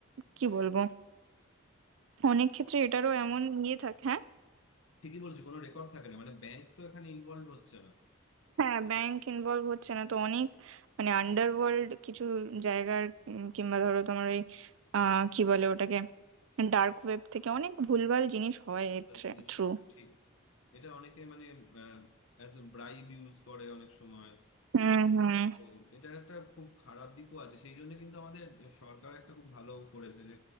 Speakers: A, on the right; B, on the left.
A: কি বলবো অনেক ক্ষেত্রে এটারও এমন ইয়ে থাকে হ্যাঁ?
B: ঠিকই বলছি কোনো রেকর্ড থাকে না মানে ব্যাংক তো এখানে ইনভলভ হচ্ছে না
A: হ্যাঁ ব্যাংক ইনভলভ হচ্ছে না তো অনেক মানে আন্ডারওয়ার্ল্ড কিছু জায়গার উম, কিংবা ধরো তোমার ওই আহ কি বলে ওটাকে ডার্ক ওয়েব থেকে অনেক ভুলভাল জিনিস হয় এর
B: জিনিস
A: থ্রু
B: হয় ঠিক এটা অনেকে মানে অ্যাজ এ ব্রাইব ইউজ করে অনেক সময়
A: হুম হুম
B: তো এটা একটা খুব খারাপ দিকও আছে সেই জন্য কিন্তু আমাদের সরকার একটা খুব ভালো করেছে যে